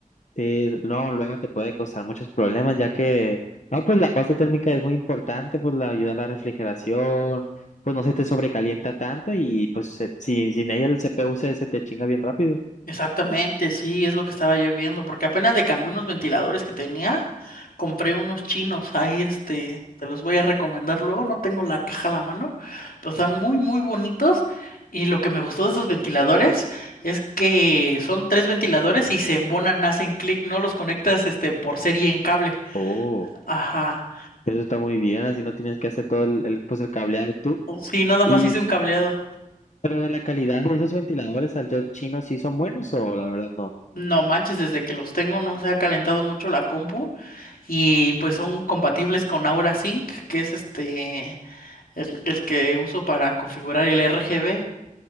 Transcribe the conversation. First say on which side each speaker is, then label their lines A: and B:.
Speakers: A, on the left; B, on the left.
A: Sí, no, luego te puede causar muchos problemas, ya que, no, pues la pasta térmica es muy importante, pues la ayuda a la refrigeración, pues no se te sobrecalienta tanto y pues se- sin, sin ella el CPU se, se te chinga bien rápido.
B: Exactamente, sí, es lo que estaba yo viendo, porque apenas le cambié unos ventiladores que tenía, compré unos chinos, ahí este, te los voy a recomendar luego, no tengo la caja a la mano, pero están muy, muy bonitos y lo que me gustó de esos ventiladores es que son tres ventiladores y se embonan, hacen clic, no los conectas este por serie en cable.
A: Oh,
B: Ajá,
A: eso está muy bien, así no tienes que hacer todo el, el, pues el cableado tú.
B: Oh, sí, nada
A: Y,
B: más hice un cableado.
A: pero de la calidad de esos ventiladores al chino sí son buenos o la verdad no.
B: No manches, desde que los tengo no se ha calentado mucho la compu y pues son compatibles con Aura Sync, que es este el, el que uso para configurar el RGB.